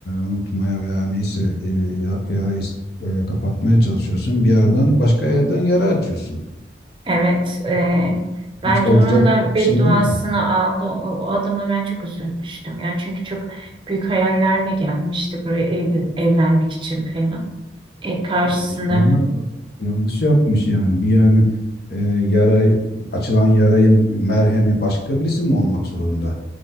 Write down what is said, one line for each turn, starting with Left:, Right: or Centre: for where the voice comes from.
Left: unutmaya veya neyse e, ya- yarayı e, kapatmaya çalışıyorsun. Bir yandan başka yerden yara açıyorsun.
Right: evet. eee, bence
Left: Hiç olacak
Right: onun da bedduasını
Left: şey değil ki.
Right: aldı. O, o adama ben çok üzülmüştüm ya. Çünkü çok büyük hayallerle gelmişti buraya ev- evlenmek için falan. E, karşısında
Left: Ya İskender yanlış yapmış yani. Bir yani e, yara açılan yarayın merhemi başka birisi mi olmak zorunda?